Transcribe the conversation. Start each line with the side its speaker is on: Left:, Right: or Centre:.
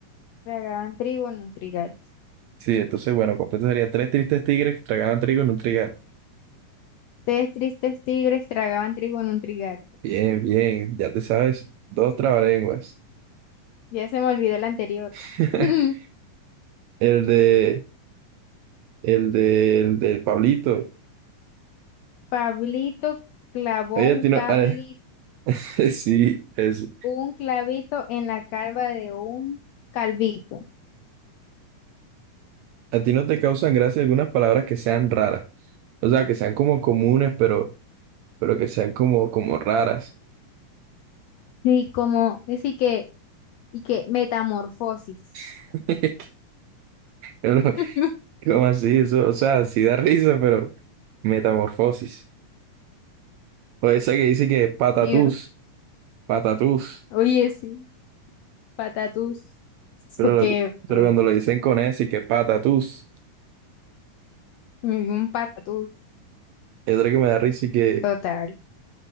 Left: tragaban trigo en un trigal.
Right: Sí, entonces, bueno, completo sería tres tristes tigres tragaban trigo en un trigal.
Left: Tres tristes tigres tragaban trigo en un trigal.
Right: Bien, bien. Ya te sabes, dos trabalenguas.
Left: Ya se me olvidó el anterior.
Right: <laughs>
Left: <laughs>
Right: El de... El de, el del Pablito.
Left: Pablito clavó
Right: Oye,
Left: un
Right: a ti
Left: cable
Right: no, <laughs> sí, es,
Left: un clavito en la calva de un calvito.
Right: a ti no te causan gracia algunas palabras que sean raras. O sea, que sean como comunes, pero, pero que sean como, como raras.
Left: sí como, así que, y que metamorfosis.
Right: <laughs> Uno,
Left: <laughs>
Right: ¿Cómo así? Eso, o sea, sí da risa, pero metamorfosis. O esa que dice que patatús,
Left: Dios,
Right: patatús.
Left: oye, sí, patatús. Eso
Right: Pero,
Left: que,
Right: lo- pero
Left: ve,
Right: cuando lo dicen con ese y que patatús,
Left: un patatús.
Right: es otra que me da risa y que,
Left: Total.